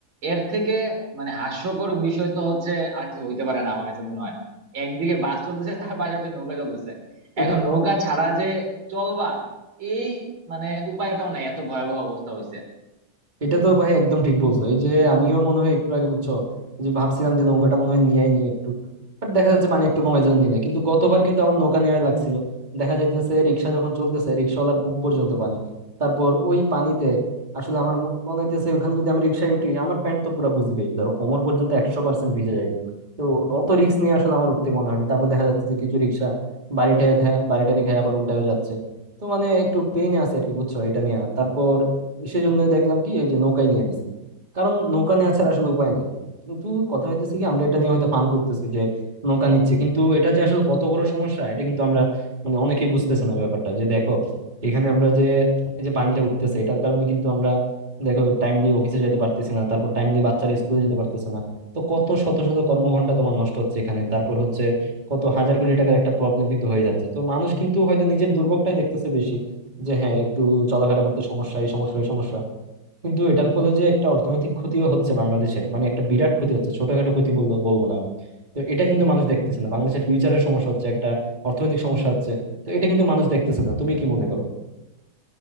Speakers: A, on the right; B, on the right.
A: এর থেকে মানে হাস্যকর বিষয় তো হচ্ছে আর কিছু হইতে পারে না আমার কাছে মনে হয় একদিকে বাস চলতেছে তার পাশে হচ্ছে নৌকা চলতেছে
B: এটা
A: এখন নৌকা ছাড়া যে চলবা এই মানে উপায়টাও নাই এত ভয়াবহ অবস্থা হয়েছে
B: এটা তো ভাই একদম ঠিক বলছো এই যে আমিও মনে হয় একটু আগে বুঝছো যে ভাবছিলাম যে নৌকাটা মনে হয় নিয়েই নিয়ে একটু বাট দেখা যাচ্ছে পানি একটু কমে যেন নিয়ে নেয়। কিন্তু গতবার কিন্তু আমার নৌকা নেওয়া লাগছিল দেখা যাইতেছে রিক্সা যখন চলতেছে রিক্সাওয়ালার বুক পর্যন্ত পানি তারপর ওই পানিতে আসলে আমার ম- মনে হইতেছে ওখানে যদি আমি রিক্সায় উঠি আমার প্যান্ট তো পুরো বুঝবেই ধরো কোমর পর্যন্ত একশো পার্সেন্ট ভিজে যাবে তো অত রিক্স নিয়ে আসলে আমার উঠতে মনে হয় না তারপর দেখা যাচ্ছে যে কিছু রিক্সা বাড়িটা খায় বাড়িটারি খায় আবার উল্টায়ও যাচ্ছে তো মানে একটু পেইনে আছে আর কি বুঝছো এটা নিয়ে তারপর সেজন্য দেখলাম কি ওই যে নৌকায় নিয়ে নিছি কারণ নৌকা নেওয়া ছাড়া আসলে উপায় নাই কিন্তু কথা হইতেছে কি আমরা এটা নিয়ে হয়তো ফান করতেছি যে নৌকা নিচ্ছে কিন্তু এটা যে আসলে কত বড় সমস্যা এটা কিন্তু আমরা মানে অনেকেই বুঝতেছে না ব্যাপারটা যে দেখো এখানে আমরা যে এই যে পানিটা উঠতেছে এটার কারণে কিন্তু আমরা দেখো টাইমলি অফিসে যেতে পারতেছি না তারপর টাইমলি বাচ্চারা স্কুলে যেতে পারতেছে না তো কত শত শত কর্মঘন্টা তোমার নষ্ট হচ্ছে এখানে তারপর হচ্ছে কত হাজার কোটি টাকার একটা প্রবলেম কিন্তু হয়ে যাচ্ছে তো মানুষ কিন্তু হয়তো নিজের দুর্ভোগটাই দেখতেছে বেশি যে হ্যাঁ একটু চলাফেরা করতে সমস্যা এই সমস্যা এই সমস্যা কিন্তু এটার ফলে যে একটা অর্থনৈতিক ক্ষতিও হচ্ছে বাংলাদেশের মানে একটা বিরাট ক্ষতি হচ্ছে ছোটখাটো ক্ষতি বললো বলবো না আমি তো এটা কিন্তু মানুষ দেখতেছে না বাংলাদেশের ফিউচারের সমস্যা হচ্ছে একটা অর্থনৈতিক সমস্যা হচ্ছে তো এটা কিন্তু মানুষ দেখতেছে না তুমি কি মনে করো